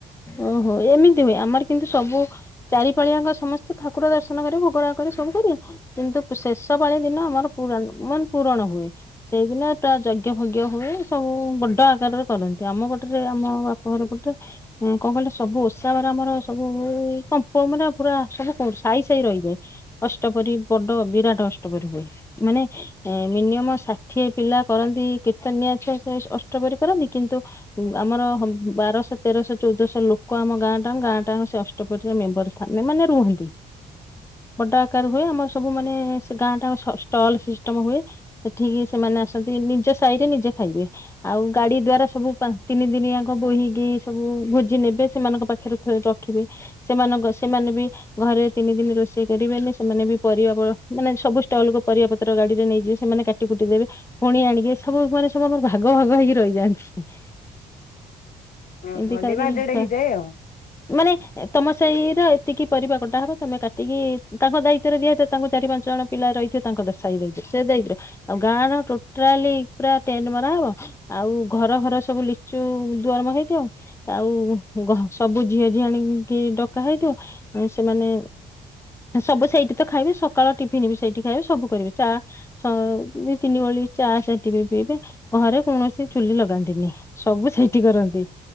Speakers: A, on the left (about 20°); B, on the left (about 65°).
A: ଓହୋ ଏମିତି ହୁଏ, ଆମର କିନ୍ତୁ ସବୁ ଚାରିପାଳିଆଙ୍କ ସମସ୍ତେ ଠାକୁର ଦର୍ଶନ କରି ଭୋଗରାଗ କରି ସବୁ କରିବେ। କିନ୍ତୁ ଶେଷ ପାଳି ଦିନ ଆମର ପୁରା ମାନେ ପୁରଣ ହୁଏ। ସେଇଦିନ ପ୍ରାୟ ଯଜ୍ଞ ଫଜ୍ଞ ହୁଏ। ସବୁ ବଡ ଆକାରରେ କରନ୍ତି, ଆମ ପଟରେ ଆମ ବାପ ଘରପଟେ କଣ କହିଲେ ସବୁ ଓଷା ବାର ଆମର ସବୁ କମ୍ପ ଫମ୍ପ ମାନେ ପୁରା ସବୁ ସାଇ ସାଇ ରହିଯାଏ। ଅଷ୍ଟପହରୀ ବଡ ବିରାଟ ଅଷ୍ଟପରିହୁଏ। ମାନେ ମିନିଅମ ଷାଠିଏ ପିଲା କରନ୍ତି କୀର୍ତ୍ତନିଆ ଅଷ୍ଟପହରି କରନ୍ତି କିନ୍ତୁ ଆମର ବାରଶ ତେରଶ ଚଉଦଶ ଲୋକ ଆମ ଗାଁ ଟା ଗାଁ ଟା ସେ ଅ ଅଷ୍ଟପରି ମେମ୍ବର ଥାନ୍ତେ ମାନେ ରୁହନ୍ତି।
B: <inaudible>
A: ବଡ ଆକାର ହୁଏ, ଆମର ସବୁ ମାନେ ଗାଁ ଟା ଯାକ ଷ୍ଟଲ ସିଷ୍ଟମ ହୁଏ। ସେଠିକି ସେମାନେ ଆସନ୍ତି। ନିଜ ସାହି ରେ ନିଜେ ଖାଇବେ। ଆଉ ଗାଡି ଦ୍ଵାରା ସବୁ ପା ତିନି ଦିନିଆଙ୍କ ବୋହିକି ସବୁ ଭୋଜି ନେବେ ସେମାନଙ୍କ ପାଖରେ ରଖିବେ, ସେମାନଙ୍କ ସେମାନେ ବି ଘରେ ତିନି ଦିନ ରୋଷେଇ କରିବେନି। ସେମାନେ ବି ପରିବା, ପ ମାନେ ସବୁ ଷ୍ଟଲକୁୁ ପରିବା ପତ୍ର ଗାଡିରେ ନେଇଯିବେ ସେମାନେ କା କାଟି କୁଟି ଦେବେ, ଫୁଣି ଆଣିକି ସବୁ ମାନେ ସବୁ ଆମର ଭାଗ ଭାଗ ହେଇକି ରହିଯାଆନ୍ତି।
B: ଅ
A: ଏମିତି
B: ହଁ,
A: କରି
B: ଡିିଭାଇଡେଡ୍ ହେଇଯାଏ ଆଉ।
A: ମାନେ ତମ ସାହି ର ଏତିକି ପରିବା କଟା ହବ, ତମେ କାଟିକି, ତାଙ୍କ ଦାୟିତ୍ୱରେ ଦିଆଯା ତାଙ୍କୁ ଚାରି ପାଞ୍ଚ ଜଣ ପିଲା ରହିଥିବେ। ତାଙ୍କୁ ଦଶ <unintelligible> ହେଇ ଦେଇଥିବ ସେ ଦେଇଦ ଆଉ ଗାଁର ଟୋଟାଲି ପୁରା ଟେଣ୍ଡେ ମାରି ମରା ହବ, ଆଉ ଘର ଘର ସବୁ ଲିଚୁ ଦ୍ୱାର ମୁଁହଁ ହେଇଥିବ। ଆଉ ସବୁ ଝିଅ ଝିଆଣିକି ଡକା ହେଇଥିବ, ସେମାନେ ସବୁ ସେଇଠି ତ ଖାଇବେ, ସକାଳ ଟିଫିନ ବି ସେଇଠି ଖାଇବେ, ସବୁ କରିବେ, ଚା ସେ ଦି ତିନି ଓଳି ଚା ସେଟିବି ପିଇବେ। ଘରେ କୌଣସି ଚୂଲି ଲଗାନ୍ତିନି। ସବୁ ସେଇଠି କରନ୍ତି,